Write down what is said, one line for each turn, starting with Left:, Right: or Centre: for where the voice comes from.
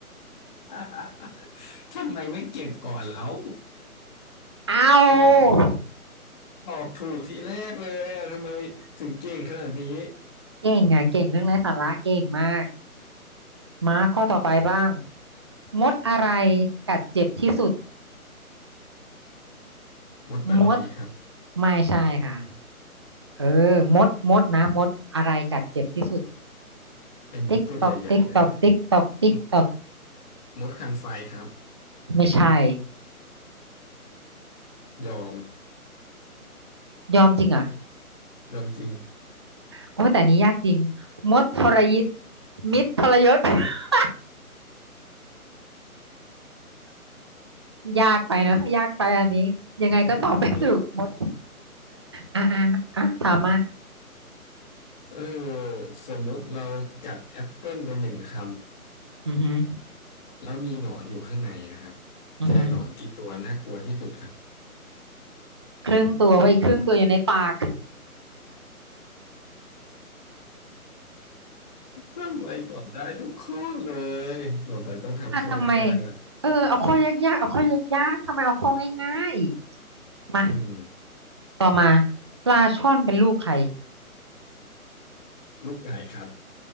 Left: <laughs> ทำไมไม่เก็บก่อนแล้ว
Right: เอา
Left: ตอบถูกทีแรกเลยอะทำไมถึงเก่งขนาดนี้
Right: เก่งอ่ะเก่งเรื่องไร้สาระเก่งมากมาข้อต่อไปบ้างมดอะไรกัดเจ็บที่สุด
Left: มดตะนอยครับ
Right: มดไม่ใช่ค่ะเออมดมดนะมดอะไรกัดเจ็บที่สุด
Left: ไอ้มดตัวใหญ่ๆนั่น
Right: ติ๊กตอกติ๊กตอกติ๊กตอกติ๊กตอก
Left: มมดคันไฟครับ
Right: ไม่ใช่
Left: ยอม
Right: ยอมจริงเหรอ
Left: ยอมจริง
Right: โอ้แต่อันนี้ยากจริงมดทรยิตมิตรทรยศ <laughs> ยากไปเนอะยากไปอันนี้ยังไงก็ตอบไม่ถูกมด
Left: ยากยาก
Right: อ่ะอ่ะอ่ะถามมา
Left: เออสมมติเรากัดแอปเปิลไปหนึ่งค
Right: อือหือ
Left: ำแล้วมีหนอนอยู่ข้างในอะครับ
Right: อือหือ
Left: เจอหนอนกี่ตัวน่ากลัวที่สุดครับ <laughs>
Right: ครึ่งตัวไว้อีกครึ่งตัวอยู่ในปาก
Left: ทำไมตอบได้ทุกข้อเลยสงสัยต้องทำข้อยากๆละ
Right: อ่ะทำไมเออเอาข้อยากๆเอาข้อยากๆทำไมเอาข้อง่ายๆมา
Left: อืม
Right: ต่อมาปลาช่อนเป็นลูกใคร
Left: ลูกไก่ครับ